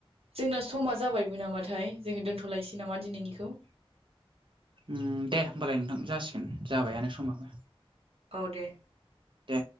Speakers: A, on the right; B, on the right.
A: जोंना समा जाबायबो नामाथाय जोङो दोनथ'लायसै नामा दिनैनिखौ?
B: उम दे होमबालाय नोंथां जासिगोन जाबायानो समाबो
A: औ दे
B: दे